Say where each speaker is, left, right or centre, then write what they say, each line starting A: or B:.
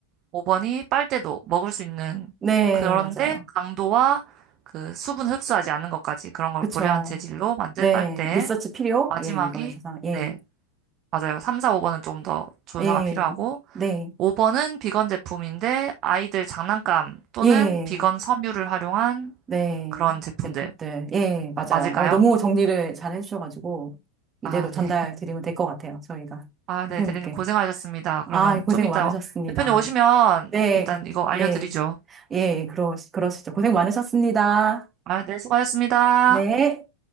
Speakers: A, on the right; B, on the right.
A: 5번이 빨대도 먹을 수 있는
B: 네,
A: 그런데
B: 맞아요.
A: 강도와 그 수분 흡수하지 않는 것까지 그런 걸
B: 그쵸.
A: 고려한 재질로 만든
B: 네,
A: 빨대.
B: 리서치 필요?
A: 마지막이,
B: 예, 이거에 있어서, 예.
A: 네. 맞아요. 3, 4, 5번은 좀 더 조사가
B: 예,
A: 필요하고.
B: 네,
A: 5번은 비건 제품인데 아이들 장난감 또는
B: 예,
A: 비건 섬유를 활용한
B: 네,
A: 그런 제품들.
B: 제품들, 예, 맞아요.
A: 아, 맞을까요?
B: 어, 너무 정리를 잘 해주셔가지고, 이대로
A: 아,
B: 전달
A: 네.
B: 드리면 될 것 같아요, 저희가.
A: 아,
B: 대표님께.
A: 네, 대리님 고생하셨습니다.
B: 아,
A: 그러면
B: 고생
A: 좀 이따
B: 많으셨습니다.
A: 대표님 오시면
B: 네,
A: 일단
B: 가-
A: 이거 알려드리죠.
B: 예, 예, 그러, 그러시죠. 고생 많으셨습니다.
A: 아, 네, 수고하셨습니다.
B: 네.